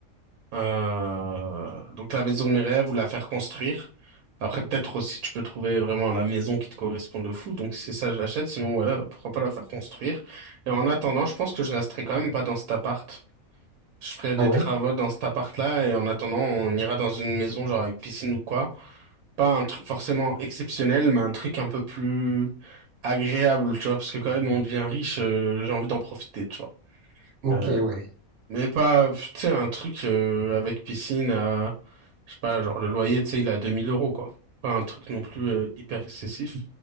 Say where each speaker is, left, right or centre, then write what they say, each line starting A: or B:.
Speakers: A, on the right (about 80°); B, on the right (about 60°).
A: Euh, donc la maison de mes rêves ou la faire construire. Après, peut-être aussi, tu peux trouver vraiment la maison qui te correspond de fou. Donc, c'est ça, je l'achète. Sinon, ouais, euh, pourquoi pas la faire construire. Et en attendant, je pense que je resterai quand même pas dans cet appart. Je ferai des
B: Ah ouais?
A: travaux dans cet appart-là. Et en attendant, on ira dans une maison, genre avec piscine ou quoi. Pas un truc forcément exceptionnel, mais un truc un peu plus agréable, tu vois. Parce que quand même, on devient riche, euh, j'ai envie d'en profiter, tu vois.
B: Ok,
A: Euh,
B: ouais.
A: mais pas, tu sais, un truc euh, avec piscine à, je sais pas, genre le loyer, tu sais, il est à 2000 euros, quoi. Pas un truc non plus euh, hyper excessif,